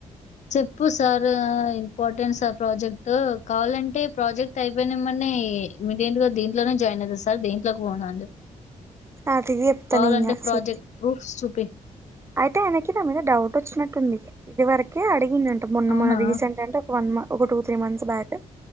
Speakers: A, on the left; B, on the right.
A: చెప్పు సరే ఇంపార్టెంట్ సార్ ప్రాజెక్ట్ కావాలంటే ప్రాజెక్ట్ అయిపోయినెంబడ్నే ఇమీడియట్గా దీంట్లోనే జాయిన్ అవుతా సార్ దీంట్లోకి పోన్ అని
B: తాతకి చెప్తా
A: కావాలంటే
B: నేన్ ఇంకా
A: ప్రాజెక్ట్
B: సతి
A: ప్రూఫ్స్ చూపి.
B: అయితే ఆయనకి నా మీద డౌట్ వచ్చినట్టుంది. ఇదివరకే అడి డంట మొన్న
A: అవునా?
B: మొన్న రీసెంట్ అంటే వన్ మ ఒక టూ త్రీ మంత్స్ బ్యాక్